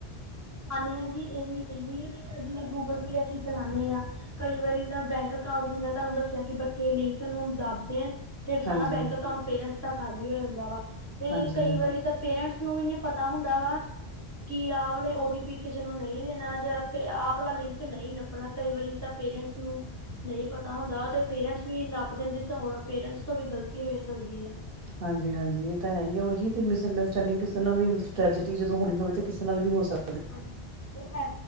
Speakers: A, on the left; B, on the right.
A: ਹਾਂਜੀ, ਹਾਂਜੀ ਇਹਵੀ, ਇਹ ਵੀ ਨੇਂ। ਜਿਵੇਂ ਗੂਗਲ ਪੇ ਅਸੀਂ ਚਲਾਨੇ ਆਂ, ਕਈ ਵਾਰੀ ਤਾਂ ਬੈਂਕ ਅਕਾਊਂਟ ਜਿੰਨਾ ਤੁਹਾਨੂੰ ਦੱਸਿਆ ਕੀ ਬੱਚ ਇਹ ਲਿੰਕ ਨੂੰ ਦੱਬਦੇ ਆ। ਤੇ ਸਾਰਾ
B: ਹਾਂਜੀ,
A: ਬੈਂਕ ਅਕਾਊਂਟ ਪੇਰੈਂਟਸ ਦਾ ਖਾਲੀ ਹੋ ਹੁੰਦਾ ਵਾ ਤੇ
B: ਹਾਂਜੀ-ਹਾਂਜੀ,
A: ਕਈ ਵਾਰੀ ਤਾਂ। ਪੇਰੈਂਟਸ ਨੂੰ ਵੀ ਨੀ ਪਤਾ ਹੁੰਦਾ ਵਾ ਕਿ ਆ ਵਾਲੇ। ਕਿਸੇ ਨੂੰ ਨਹੀਂ ਦੇਣਾ ਜਾਂ, ਆ ਵਾਲਾ ਲਿੰਕ ਨਹੀਂ ਨੱਪਣਾ ਕਈ ਵਾਰੀ ਤਾਂ ਪੇਰੈਂਟਸ ਨੂੰ ਨਹੀਂ ਪਤਾ ਹੁੰਦਾ ਤੇ ਪੇਰੈਂਟਸ ਵੀ ਨੱਪ ਦਿੰਦੇ ਤਾਂ ਉਨਾ ਪੇਰੈਂਟਸ ਤੋਂ ਵੀ ਗ਼ਲਤੀ ਹੋ ਸਕਦੀ ਹੈ।
B: ਹਾਂਜੀ ਹਾਂਜੀ ਇਹ ਤਾਂ ਹੈ ਹੀ ਹੈ। ਉਹੀ ਤੇ ਮਿਸ ਅੰਡਰਸਟੈਂਡਿੰਗ ਕਿਸੇ ਨਾਲ ਵੀ ਟ੍ਰੈਜਡੀ
A: ਇਹ ਤਾਂ
B: ਜਦੋਂ ਹੋਣੀ ਹੋਵੇ ਤੇ ਕਿਸ। ਕਿਸੇ ਨਾਲ ਵੀ ਹੋ ਸਕਦਾ।
A: ਹਾਂਜੀ ਉਹ ਹੈ